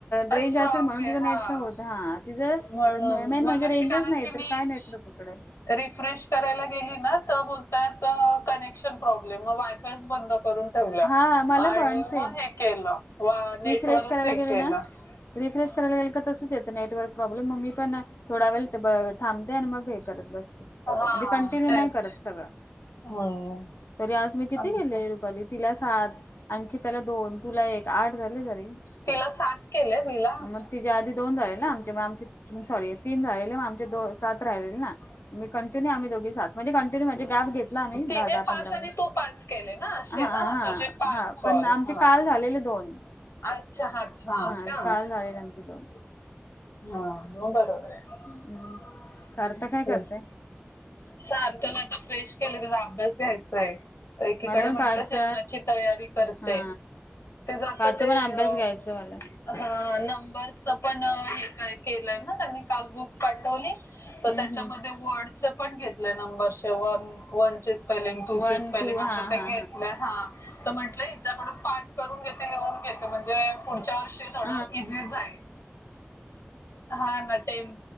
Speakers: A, on the left; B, on the left.
A: रेंज
B: स्ट्रॉंग
A: असेल म्हणून
B: आहे
A: तुझं
B: हा
A: नेटचा होत. हा तिझं
B: म्हणून
A: तर मेन
B: मग
A: म्हणजे
B: अशी
A: रेंजस
B: कारण
A: नाही
B: की मी
A: तर काय नाहीतर कुकड.
B: रिफ्रेश करायला गेली ना तर होतात कनेक्शन प्रॉब्लेम वायफायच बंद करून ठेवलाय मग
A: हा हा मला
B: आणि
A: पण सेम
B: मग हे केलं व नेटवरच
A: रिफ्रेश करायला
B: हे
A: गेले
B: केलं.
A: ना रिफ्रेश करायला गेलं तर तसेच येतं. नेटवर्क प्रॉब्लेम मी पण ना थोड वेळ ब थांबते आणि मग हे करत बसते म्हणजे
B: हा
A: कंटिन्यू
B: तेच
A: नाही करत सगळं
B: हम्म
A: तरी आज मी किती
B: अस
A: गेले रुपाली. तिला सात अंकिताला दोन तुला एक आठ झाली तरी
B: तिला सात केलंय, मी ला
A: मग तिच्या आधी दोन झाले ना, आमचे आमची सॉरी तीन झालेले मग आमचे दो सात राहिलेले ना, मी कंटन्यू आम्ही दोघी सात म्हणजे कंटन्यू म्हणजे गॅप घे घेतला. आम्ही दहा
B: तिने
A: - दहा,
B: पाच
A: पंधरा
B: आणि तू पाच केले ना असे
A: हा हा
B: ना तुझे पाच
A: हा,
B: कॉल
A: पण आमचे
B: हा
A: काल झालेले दोन
B: अच्छा अच्छा
A: हा
B: का
A: काल झालेले आमचे दोन.
B: हा मग बरोबर आहे.
A: हम्म,
B: अ
A: सार्थक काय करतय
B: सारख्याला आता फ्रेश केलं त्याचा अभ्यास घ्यायचा आहे. तर एकीकडे
A: मला पण
B: म्हटलं,
A: पाच
B: जेवणाची तयारी करते.
A: हा
B: ते जात
A: पाचचा
B: ते
A: पण अभ्यास
B: अ
A: घ्यायचा मला
B: हा नंबरच पण हे काय केलंय ना, त्यांनी काल बुक पाठवली. तर
A: हम्म
B: त्याच्यामध्ये
A: हम्म.
B: वार्डच पण घेतलंय नऊ वर्ष वन वनचेस स्पेलिंग टू
A: वन
B: ची स्पेलिंग
A: टू
B: असं
A: हा
B: ते घेतल्यात
A: हा
B: हा. तर म्हटलं हिच्याकडून पाठ करून घेते, लिहून घेतो म्हणजे पुढच्या वर्षी
A: <unintelligible>
B: थोडं इझी जाईल हा ना टेन